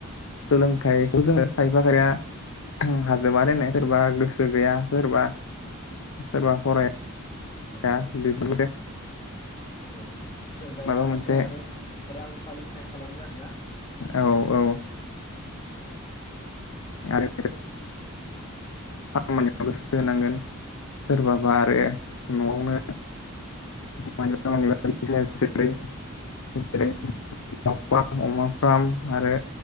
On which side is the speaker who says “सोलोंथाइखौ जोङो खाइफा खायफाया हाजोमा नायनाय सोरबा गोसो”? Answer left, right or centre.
Left